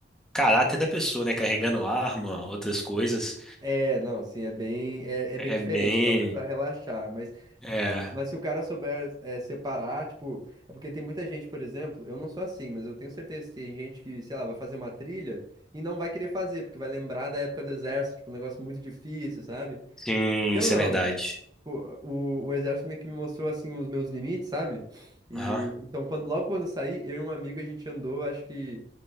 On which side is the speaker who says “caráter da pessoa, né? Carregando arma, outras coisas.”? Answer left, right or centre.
Centre